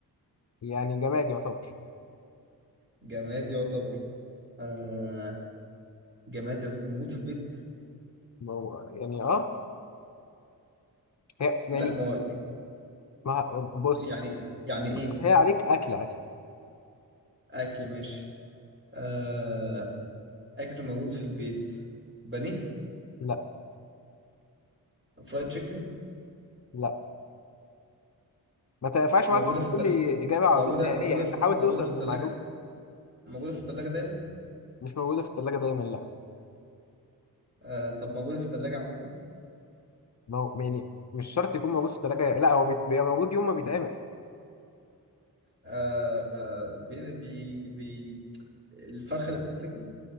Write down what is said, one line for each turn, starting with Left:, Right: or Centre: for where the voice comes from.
Left: يعني جماد يعتبر
Right: جماد يعتبر آه جماد يعتبر- موجود في البيت
Left: ما هو- يعني اه هي يعني
Right: لا ما هو
Left: ما بص
Right: يعني يعني ايه
Left: بص أصل هي عليك اكل اكل
Right: اكل ماشي آه اكل موجود في البيت بانيه
Left: لا
Right: فرايد تشيكن
Left: لا ما تنفعش
Right: موجوده
Left: بقى تقعد
Right: في
Left: تقول
Right: التل...
Left: لي اجابه على
Right: موجوده
Left: طول نهائيه
Right: موجوده
Left: انت
Right: في...
Left: حاول
Right: موجوده
Left: توصل
Right: في الثلاجه
Left: للمعلومه
Right: موجوده في الثلاجه دايما
Left: مش موجوده في الثلاجه دايما لا
Right: آه طب موجوده في الثلاجه عامه
Left: ما هو يعني مش شرط يكون موجود في الثلاجه لا هو بيت- بيبقى موجود يوم ما بيتعمل
Right: آه آه، بي... بي... بي... الفرخه اللي بتنتجه